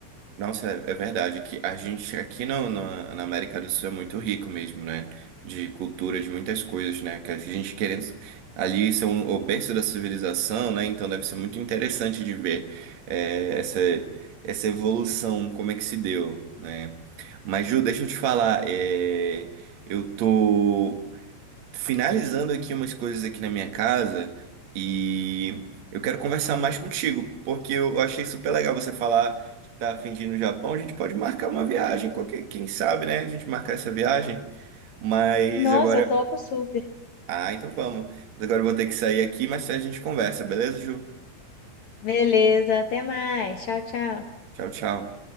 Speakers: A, on the right (about 60°); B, on the left (about 80°).
A: Nossa, é, é verdade que a gente aqui no, na, na América do Sul é muito rico mesmo, né? De cultura, de muitas coisas, né? Que a gente querendo ali ser um- o berço da civilização, né? Então deve ser muito interessante de ver eh, essa, essa evolução, como é que se deu, né? Mas, Ju, deixa eu te falar, eh, eu tô finalizando aqui umas coisas aqui na minha casa e eu quero conversar mais contigo, porque eu achei super legal você falar que tá a fim de ir no Japão. A gente pode marcar uma viagem, qualquer, quem sabe, né? A gente marcar essa viagem, mas
B: Nossa,
A: agora.
B: eu topo super.
A: Ah, então vamos. Mas agora eu vou ter que sair aqui, mas a gente conversa, beleza, Ju?
B: Beleza, até mais. Tchau, tchau.
A: Tchau, tchau.